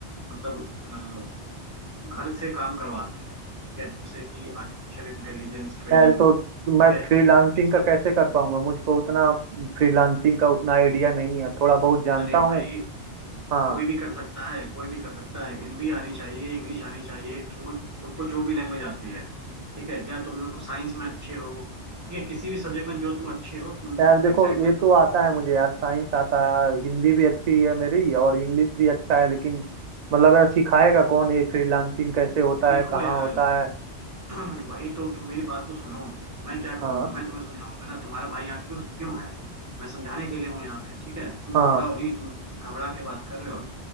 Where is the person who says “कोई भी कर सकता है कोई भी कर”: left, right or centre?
Right